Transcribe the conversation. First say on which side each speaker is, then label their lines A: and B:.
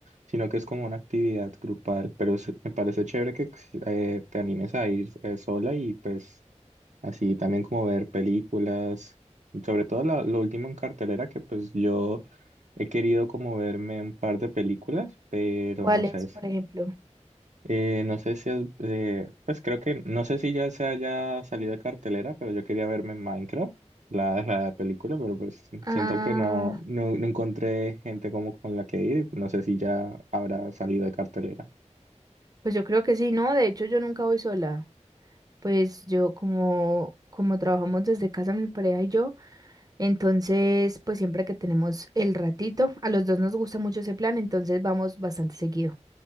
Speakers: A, on the right; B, on the right.
A: sino que es como una actividad grupal. Pero se- me parece chévere que si, eh, te animes a ir eh, sola y pues así también como ver películas, sobre todo la- lo último en cartelera que pues yo he querido como verme un par de películas, pero
B: ¿Cuál
A: no sé,
B: es, por ejemplo?
A: Eh, no sé si es, eh, pues creo que, no sé si ya se haya salido de cartelera, pero yo quería verme en Minecraft, la, <laughs> la película, pero pues
B: Ah,
A: siento que no, no, no encontré gente como con la que ir, y no sé si ya habrá salido de cartelera.
B: pues yo creo que sí, no, de hecho yo nunca voy sola. Pues yo como como trabajamos desde casa mi pareja y yo, entonces pues siempre que tenemos el ratito, a los dos nos gusta mucho ese plan, entonces vamos bastante seguido.